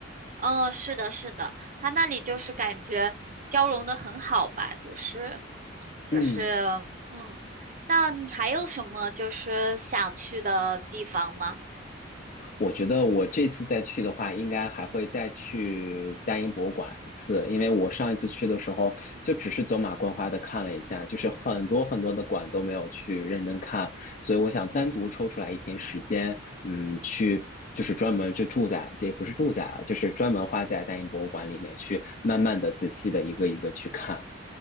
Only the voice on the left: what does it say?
嗯。
我觉得我这次再去的话，应该还会再去大英博物馆一次，因为我上一次去的时候就只是走马观花的看了一下，就是很多很多的馆都没有去认真看，所以我想单独抽出来一天时间，嗯，去就是专门就住在，这也不是住在啊，就是专门花在大英博物馆里面去慢慢的、仔细的一个一个去看。